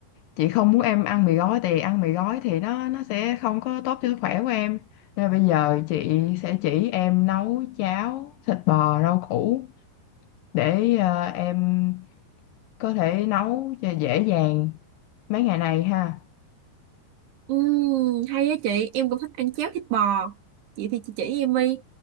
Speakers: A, on the left; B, on the right.
A: chị không muốn em ăn mì gói thì ăn mì gói thì nó nó sẽ không có tốt cho sức khỏe của em. Nên bây giờ chị sẽ chỉ em nấu cháo thịt bò rau củ để ờ, em có thể nấu cho dễ dàng mấy ngày này ha
B: Ừm, hay á chị, em cũng thích ăn cháo thịt bò. Vậy thì chị chỉ em đi.